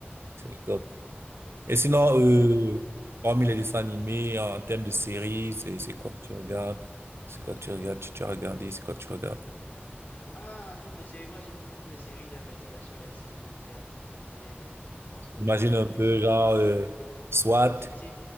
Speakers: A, on the left; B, on the right.
A: C'est
B: C'est
A: le
B: le
A: plus
B: GOAT.
A: réussi.
B: Et sinon, euh,
A: Et, euh,
B: parmi les dessins animés, en termes de séries, c'est, c'est quoi que tu regardes? C'est quoi que tu regardes? Tu, tu as regardé, c'est quoi que tu regardes?
A: ah, en termes de séries, moi j'aime beaucoup plus les séries d'investigation et les séries militaires. T'as dit, j'ai- j'ai- je pense que l'une
B: Imagine
A: des dernières
B: un peu,
A: séries
B: genre,
A: que j'-
B: euh, SWAT,
A: Silty?